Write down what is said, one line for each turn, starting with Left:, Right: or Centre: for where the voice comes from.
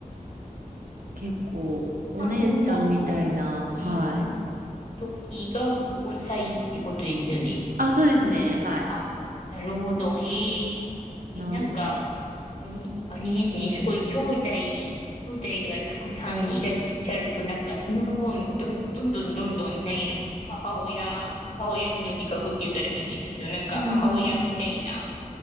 Right: 結構お姉ちゃんみたいな、
Left: さんがお
Right: はい。
Left: いる時が5歳ってことですよね。
Right: あ、そうですね、
Left: そうあ、
Right: はい。
Left: なるほど。えー、
Right: なんで。
Left: え、なんか、あれ、あれですね。すごい兄弟、兄弟がたくさんいらっしゃると、なんかその分、どんどんどんどんどん、なんやろね、母親、母親の自覚って言ったら変ですけど、なんか母親みたいな、
Right: うんうんうんうん。